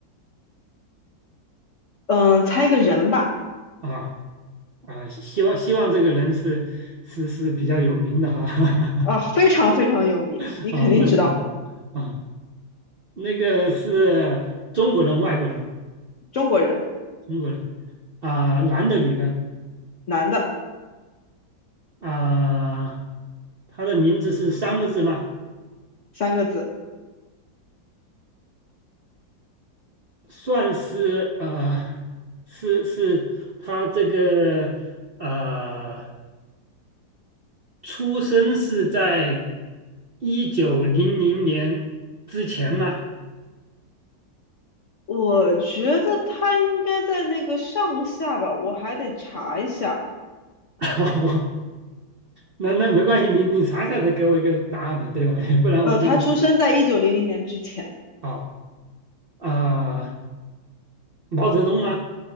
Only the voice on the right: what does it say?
啊啊！希望希望这个人是是是比较有名的哈
<laughs>
啊，那就好啊。那个是中国人、外国人、
中国人啊，男的、女的
啊，他的名字是三个字吗？
算是啊，呃是是他这个啊。呃出生是在一九零零年之前吗？
<laughs> 那那没关系，你你查一下再给我一个答案嘛，对吧？<laughs> 不然我这个
啊啊、毛泽东吗？